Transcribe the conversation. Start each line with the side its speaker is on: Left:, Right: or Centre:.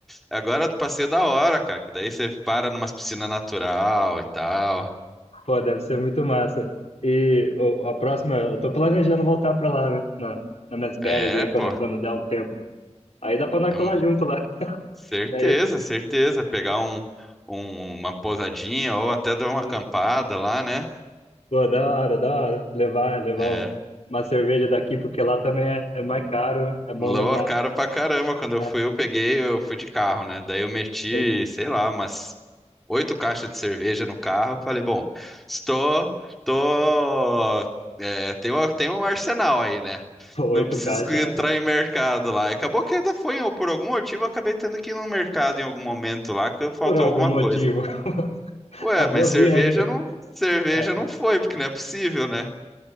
Centre: agora eu passei da hora, cara, que daí você para numa piscina natural e tal.
Left: pô, deve ser muito massa. E o- a próxima, eu tô planejando voltar pra lá, né? Na, nas minhas férias
Centre: É,
Left: aí, quando,
Centre: pô,
Left: quando der um tempo. Aí dá pra nós
Centre: é
Left: colar
Centre: um-
Left: junto lá.
Centre: certeza,
Left: <laughs> Aí,
Centre: certeza, pegar um, um- uma pousadinha ou até dar uma acampada
Left: e,
Centre: lá, né?
Left: pô, da hora, da hora. Levar, levar
Centre: É,
Left: um- uma cerveja daqui, porque lá também é, é mais caro, né? É bom
Centre: lou,
Left: levar.
Centre: cara pra caramba, quando eu
Left: É,
Centre: fui, eu peguei, eu fui de carro, né? Daí eu meti,
Left: sim.
Centre: sei lá, umas oito caixas de cerveja no carro. Falei, bom, estou, tô, é, tem uma- tem um arsenal aí, né?
Left: Oito
Centre: Não preciso
Left: caixas
Centre: entrar em mercado lá. Acabou que ainda foi, ou por algum motivo, eu acabei tendo que ir no mercado em algum momento lá, que faltou
Left: por algum
Centre: alguma
Left: motivo.
Centre: coisa.
Left: <laughs> Acabou
Centre: Ué, mas
Left: a
Centre: cerveja
Left: birra ainda.
Centre: não, cerveja
Left: É.
Centre: não foi, porque não é possível, né?